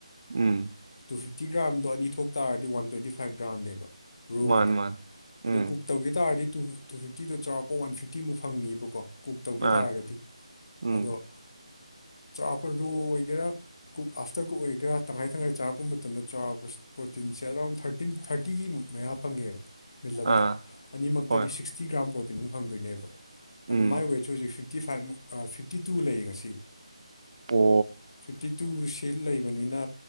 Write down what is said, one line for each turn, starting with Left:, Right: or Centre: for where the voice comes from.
Right: ꯎꯝ
Left: ꯇꯨ ꯐꯤꯐꯇꯤ ꯭ꯔꯥꯝꯗ ꯑ ꯊꯣꯛ ꯇꯥꯔꯗꯤ ꯋꯥꯟ ꯇ꯭ꯋꯇꯤꯥꯏꯚ ꯒ꯭ꯔꯥꯝꯅꯦꯕ ꯔꯣꯗ
Right: ꯃꯥꯅꯦ ꯃꯥꯅꯦ
Left: ꯑꯗꯨ
Right: ꯎꯝ
Left: ꯀꯨꯛ ꯇꯧꯒꯦ ꯇꯥꯔꯗꯤ ꯇꯨ ꯇꯨ ꯐꯤꯐꯇꯤꯗꯣ ꯆꯥꯎꯔꯥꯛꯄ ꯋꯥꯟ ꯐꯤꯐꯇꯤꯃꯨꯛ ꯐꯪꯅꯤꯕꯀꯣ ꯀꯨꯛ ꯇꯧꯈꯤ
Right: ꯃꯥꯅꯦ
Left: ꯇꯥꯔꯒꯗꯤ
Right: ꯎꯝ
Left: ꯑꯗꯣ ꯆꯥꯄ ꯔꯣ ꯑꯣꯏꯒꯔꯥ ꯑꯐꯇ ꯀ ꯑꯣꯏ ꯇꯤꯔꯥ ꯇꯪꯉꯥꯏ ꯇꯪꯉꯥꯏ ꯆꯥꯔꯛꯄ ꯃꯇꯝꯗ ꯆꯥꯎꯔꯥꯛꯄ ꯄ꯭ꯔꯣꯇꯤꯟꯁꯦ ꯑꯔꯥꯎꯟ ꯊꯥꯔꯇꯤꯟ ꯊꯥꯔꯇꯤꯒꯤ ꯃꯌꯥ ꯐꯪꯉꯦꯕ ꯃꯤꯜꯂꯝꯗ
Right: ꯑꯥ
Left: ꯑꯅꯤꯃꯛꯇꯗꯤ
Right: ꯍꯣꯏ
Left: ꯁꯤꯛꯁꯇꯤ ꯒ꯭ꯔꯥꯝ ꯄ꯭ꯔꯣꯇꯤꯟ ꯐꯪꯗꯣꯏꯅꯦꯕ ꯑꯗꯣ
Right: ꯎꯝ
Left: ꯃꯥꯏ ꯋꯦꯠꯁꯨ ꯍꯧꯖꯤꯛ ꯐꯤꯞꯇꯤ ꯐꯥꯏꯚꯨꯛ ꯐꯤꯞꯇꯤ ꯇꯨ ꯂꯩꯌꯦ ꯉꯁꯤ
Right: ꯑꯣ
Left: ꯐꯤꯐꯇꯤ ꯇꯨꯁꯤ ꯂꯩꯕꯅꯤꯅ